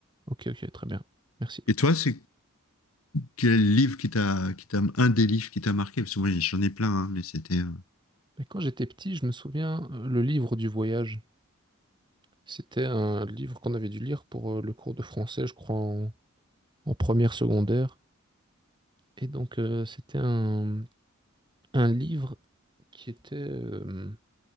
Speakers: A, on the right; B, on the left.
A: Ok, ok, très bien. Merci.
B: Et toi, c'est quel livre qui t'a, qui t'a, un des livres qui t'a marqué? Parce que moi, j'en ai plein, hein, mais c'était, euh,
A: Mais quand j'étais petit, je me souviens, euh, le livre du voyage, c'était un livre qu'on avait dû lire pour euh, le cours de français, je crois, en, en première secondaire. Et donc, euh, c'était un, un livre qui était... euh,